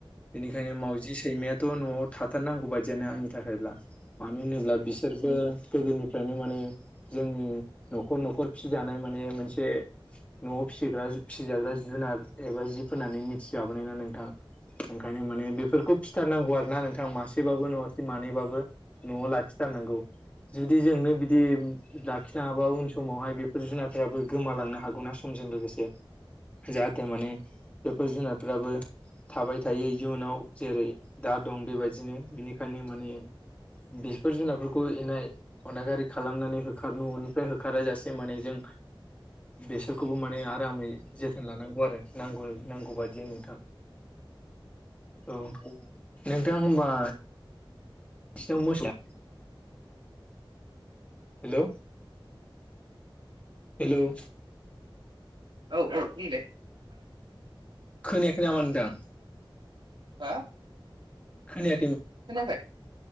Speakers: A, on the left; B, on the right.
A: बेनिखायनो मावजि सैमायाथ' न'आव थाथारनांगौ बायदियानो आंनि थाखायब्ला मानो होनोब्ला बिसोरबो गोदोनिफ्रायनो माने जोंनि न'खर न'खर फिजानाय माने मोनसे न'आव फिसिग्रा फिसिजाग्रा जुनार एबा जि फनानै मिथिजाबोनाय ना नोंथां ओंखायनो माने बेफोरखौ फिथारनांगौ आरोना नोंथांा मासेबाबो न'ासे मानैबाबो न'आव लाखिथारगौ जु जोंनो बिदि नाङाबा उन समावहाय बेफोर जुनारफोराबो गोमालांनो हागौ न समजों लोगोसे जाहाथे माने बेफोर जुनारफोराबो थाबाय थायो जुनाव जेरै दा दं बेबायदिनो बेनिखायनो माने बेफोर जुनारफोरखौ एनाय अनागारि खालामनानै होखार न'निफ्राय होखारा जासे माने जों बेसोरखौबो माने आरामै जोथोन लानांगौ आरो नांगौ नांगौ बादि नोंथां औ नोंथ सिां होमबा एसेां मोसा हेल' हेल'
B: औ औ थमल
A: खोनायाख नामा होनदों
B: हा
A: खोनया
B: ननााखाय